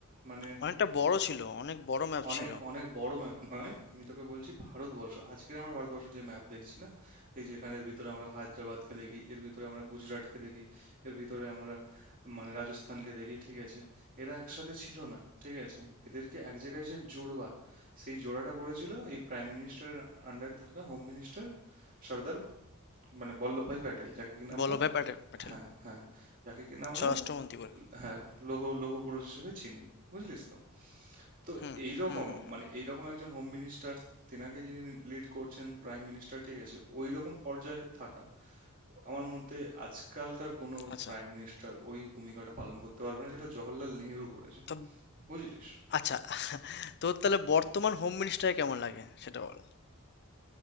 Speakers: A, on the right; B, on the left.
A: মানে
B: অনেকটা বড় ছিল, অনেক বড় ম্যাপ
A: অনেক
B: ছিল।
A: অনেক বড় ম্যাপ নয় আমি তোকে বলছি ভারতবর্ষ আজকের আমরা ভারতবর্ষের যে ম্যাপ দেখছি না এই যে এখানের ভিতরে আমরা হায়দ্রাবাদকে দেখি এর ভিতরে আমরা গুজরাটকে দেখি এর ভিতরে আমরা মানে রাজস্থানকে দেখি ঠিক আছে এরা একসাথে ছিল না ঠিক আছে এদেরকে এক জায়গায় যে জোড়বা সেই জোড়াটা করেছিল এই প্রাইম মিনিস্টারের আন্ডারে থাকা হোম মিনিস্টার সর্দার মানে বল্লভভাই প্যাটেল যাকে কিনা
B: বল্লভভাই
A: আমরা
B: প্যাটে প্যাটেল,
A: হ্যাঁ হ্যাঁ যাকে কিনা আমরা
B: স্বরাষ্ট্রমন্ত্রী বলে।
A: হ্যাঁ লৌহ লৌহ পুরুষ হিসেবে চিনি বুঝলিস তো তো
B: হুম,
A: এইরকম
B: হুম, হুম, হুম।
A: মানে এইরকম একজন হোম মিনিস্টার তেনাকে যিনি লিড করছেন প্রাইম মিনিস্টার ঠিক আছে ওই রকম পর্যায়ে থাকা আমার মতে আজকালকার কোনো
B: আচ্ছা।
A: প্রাইম মিনিস্টার ওই ভূমিকাটা পালন করতে পারবে না যেটা জওহরলাল নেহরু করেছে
B: তো
A: বুঝলিস
B: আচ্ছা তোর তাহলে বর্তমান হোম মিনিস্টার কেমন লাগে সেটা বল?